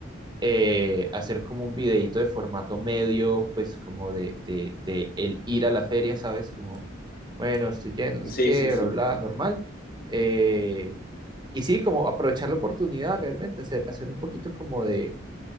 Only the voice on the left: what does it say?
Sí,
sí, sí.